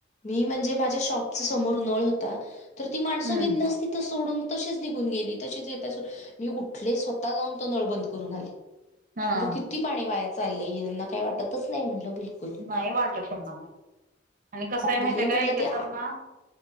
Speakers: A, on the left; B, on the right.
A: मी म्हणजे माझ्या शॉपचा समोर नळ होता तर ती माणसं
B: हम्म.
A: बिंधास्त तिथं सोडून तशीच निघून गेली तशीच येत मी उठले स्वतः जाऊन तो नळ बंद करून आले.
B: हा.
A: म्हणल किती पाणी वाया चाललंय त्यांना काही वाटतच नाही म्हटलं बिलकुल.
B: नाही वाटत पनाता आणि कसं आहे
A: भलेही
B: माहिती आहे
A: म्हटलं
B: काय एके
A: ते
B: जणना